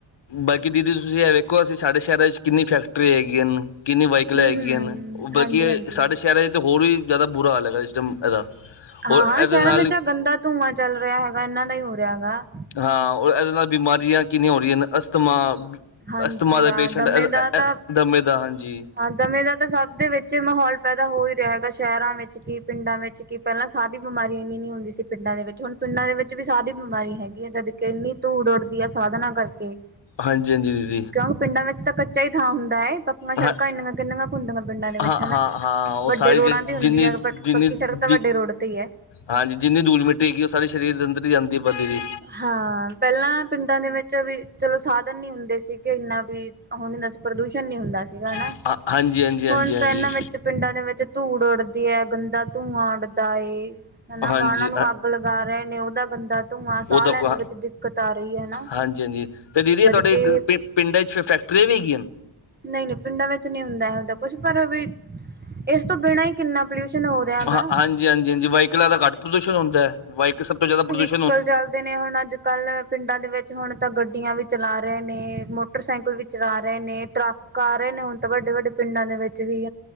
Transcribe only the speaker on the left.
ਬਾਕੀ ਦੀਦੀ ਤੁਸੀਂ ਇਹ ਵੇਖੋ ਅਸੀਂ ਸਾਡੇ ਸ਼ਹਿਰਾਂ ਵਿੱਚ ਕਿੰਨੀ ਫੈਕਟਰੀਆਂ ਹੈਗੀਆਂ ਨੇ ਕਿੰਨੀ ਵਾਈਕਲਾਂ
ਹੈਗੀਆਂ
ਨੇ ਉਹ ਬਾਲਕੀ
ਸਾਡੇ ਸ਼ਹਿਰ ਹੋਰ ਵੀ ਜਿਆਦਾ ਬੁਰਾ ਹਾਲ ਹੈਗਾ ਜਿਸਟਮ ਇਹਦਾ
ਔਰ ਇਹਦੇ
ਨਾਲ
ਹਾਂ ਇਹਦੇ ਨਾਲ ਬਿਮਾਰੀਆਂ ਕਿੰਨ ਹੋ ਰਹੀਆਂ ਨੇ ਅਸਥਮਾ
ਅਸਤਮਾ ਦੇ
ਪੇਸ਼ੈਂਟ
ਦਮੇ ਦਾ ਹਾਂਜੀ
ਹਾਂਜੀ ਹਾਂਜੀ ਦੀਦੀ
ਹਾਂ
ਹਾਂ
ਹਾਂ ਹਾਂ ਉਹ
ਸਾਰੀ
ਜਿਹੜੀ
ਜਿੰਨੀ
ਜਿੰਨੀ
ਜਿ
ਹਾਂਜੀ ਜਿੰਨੀ ਦੂਲ ਮਿੱਟੀ ਹੈਗੀ ਉਹ ਸਾਰੇ ਸਰੀਰ ਅੰਦਰ ਹੀ ਆਂਦੀ ਪਦੀ ਜੀ
ਹਾਂ, ਹਾਂਜੀ ਹਾਂਜੀ ਹਾਂਜੀ
ਹਾਂਜੀ
ਹਾਂਜੀ
ਉਦ
ਕੋ
ਹਾਂਜੀ ਹਾਂਜੀ ਅਤੇ ਦੀਦੀ
ਇਹ ਤੁਹਾਡੇ
ਪ ਪਿੰਡਾਂ ' ਫਿਰ ਫੈਕਟਰੀਆਂ ਵੀ ਹੈਗੀਆਂ
ਹਾਂ
ਹਾਂਜੀ ਹਾਂਜੀ ਹਾਂਜੀ ਵਾਈਕਲਾ ਦਾ ਘੱਟ ਪ੍ਰਦੂਸ਼ਣ ਹੁੰਦਾ ਹੈ ਵਾਈਕ ਸਭ ਤੋਂ ਜ਼ਿਆਦਾ ਪ੍ਰਦੂਸ਼